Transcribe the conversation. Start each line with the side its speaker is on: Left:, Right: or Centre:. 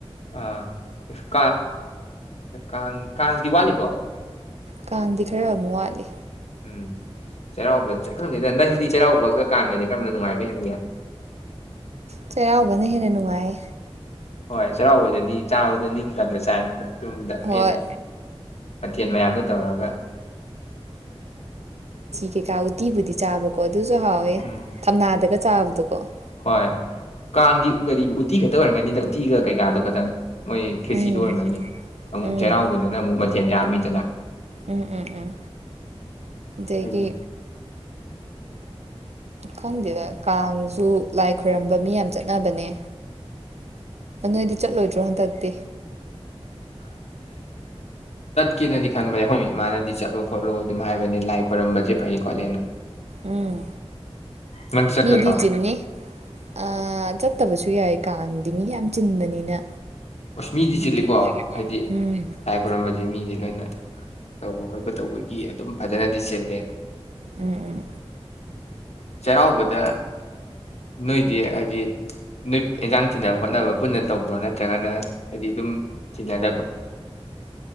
Left: ꯑꯥ <unintelligible> ꯀꯥꯡ ꯀꯥꯡꯗꯤꯋꯥꯠꯂꯤ ꯀꯣ
Right: ꯀꯥꯡꯗꯤ ꯈꯔ ꯑꯃꯨꯛ ꯋꯥꯠꯂꯤ
Left: ꯎꯝ ꯆꯩꯔꯥꯎꯕ ꯅꯪꯗꯤ ꯆꯩꯔꯥꯎꯕꯒ ꯀꯥꯡꯒ ꯀꯔꯝꯅ ꯅꯨꯡꯉꯥꯏꯕ ꯍꯟꯒꯦ
Right: ꯆꯩꯔꯥꯎꯕꯅ ꯍꯦꯟꯅ ꯅꯨꯡꯉꯥꯏ
Left: ꯍꯣꯏ ꯆꯩꯔꯥꯎꯕꯗꯗꯤ ꯆꯥꯕꯗꯣ ꯅꯤꯡꯇꯝꯅ ꯆꯥꯅꯤꯗ ꯌꯨꯝꯗ ꯄꯦꯟꯅ
Right: ꯍꯣꯏ
Left: ꯃꯊꯦꯜ ꯃꯌꯥꯝꯗꯣ ꯇꯧꯔꯒ
Right: ꯀꯩ ꯀꯥ ꯎꯇꯥꯕꯨꯗꯤ ꯆꯥꯕ ꯀꯣ ꯑꯗꯨꯁꯨ ꯍꯥꯎꯋꯦ
Left: ꯎꯝ
Right: ꯊꯝꯅꯥꯗꯒ ꯆꯥ ꯇꯀꯣ <inaudible>
Left: ꯍꯣꯏ ꯀꯥꯡꯗꯤ ꯀꯔꯤ ꯎꯇꯤ ꯈꯛꯇ ꯑꯣꯏꯔꯝꯒꯅꯤꯗ ꯎꯇꯤꯒ ꯀꯩꯀꯥꯗꯣ ꯈꯇꯪ ꯃꯣꯏ ꯈꯦꯁꯤꯗꯣ
Right: ꯎꯝ
Left: ꯑꯣꯔꯝꯃꯅꯤ ꯑꯃꯨꯛ
Right: ꯎꯝ
Left: ꯆꯩꯔꯥꯎꯕꯗꯅ ꯑꯃꯨꯛ ꯃꯊꯦꯜ ꯌꯥꯝꯃꯤ ꯅ <unintelligible>
Right: ꯎꯝ ꯎꯝ ꯎꯝ ꯗꯒꯤ
Left: ꯎꯝ
Right: ꯈꯪꯗꯦꯗ ꯀꯥꯡꯁꯨ ꯂꯥꯏ ꯈꯣꯏꯔꯝꯕ ꯃꯤ ꯌꯥꯝ ꯆꯠꯅꯕꯅꯦ ꯅꯣꯏꯗꯤ ꯆꯠꯂꯣꯏꯗ꯭ꯔꯣ ꯍꯟꯗꯛꯇꯤ
Left: ꯀꯤꯅꯗꯤ ꯈꯟꯕꯅꯦ ꯑꯩꯈꯣꯏ ꯏꯃꯥꯅꯗꯤ ꯆꯠꯂꯣ ꯈꯣꯠꯂꯣ ꯑꯗꯨꯝ ꯍꯥꯏꯕꯅꯤ ꯂꯥꯏ ꯈꯣꯏꯔꯝꯕꯁꯦ ꯐꯩ ꯈꯣꯠꯂꯦꯅ
Right: ꯎꯝ
Left: ꯅꯪꯗꯤ ꯆꯠꯀꯗ꯭ꯔꯣ
Right: ꯃꯤꯗꯤ ꯆꯤꯟꯅꯤ ꯑ ꯆꯠꯇꯕ ꯁꯨ ꯌꯥꯏ ꯀꯥꯡꯗꯤ ꯃꯤ ꯌꯥꯝ ꯆꯤꯟꯕꯅꯤꯅ
Left: ꯑꯣꯁ ꯃꯤꯗꯤ
Right: ꯈꯪꯗꯦ
Left: ꯆꯤꯠꯂꯤꯀꯣ ꯍꯥꯏꯗꯤ
Right: ꯎꯝ
Left: ꯂꯥꯏ ꯈꯣꯏꯔꯝꯕꯁꯦ ꯃꯤꯁꯦ ꯂꯣꯏꯅ ꯇꯧꯕ ꯈꯣꯠꯄ ꯇꯧꯕꯒꯤ ꯑꯗꯨꯝ ꯐꯖꯅꯗꯤ ꯆꯤꯜꯂꯦ
Right: ꯎꯝ ꯎꯝ
Left: ꯆꯩꯔꯥꯎꯕꯗ ꯅꯣꯏꯗꯤ ꯍꯥꯏꯗꯤ ꯅꯣꯏ ꯑꯦꯟꯖꯥꯡ ꯊꯤꯅꯕ ꯈꯣꯠꯅꯕ ꯄꯨꯟꯅ ꯇꯧꯕ꯭ꯔꯣ ꯅꯠꯇ꯭ꯔꯒꯅ ꯍꯥꯏꯗꯤ ꯑꯗꯨꯝ ꯊꯤꯟꯅꯗꯕ